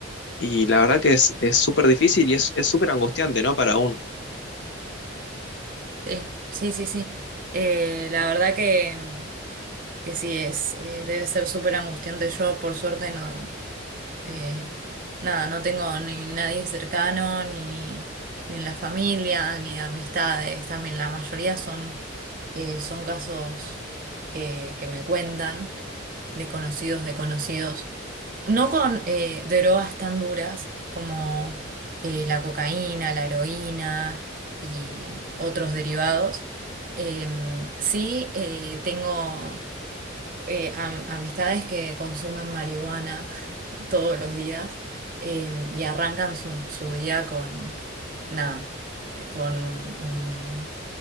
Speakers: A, on the left (about 60°); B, on the right (about 45°).
A: y la verdad que es es súper difícil y es es súper angustiante, ¿no? Para uno.
B: Sí, sí, sí, sí. Eh, la verdad que, que sí es, eh, debe ser súper angustiante. Yo, por suerte, no. Eh, nada, no tengo ni nadie cercano, ni, ni en la familia, ni de amistades. También la mayoría son, eh, son casos que, que me cuentan de conocidos, de conocidos. No con eh, drogas tan duras como eh, la cocaína, la heroína y otros derivados. Em, sí, eh, tengo eh, am- amistades que consumen marihuana <laughs> todos los días eh, y arrancan su, su día con nada, eh, con un,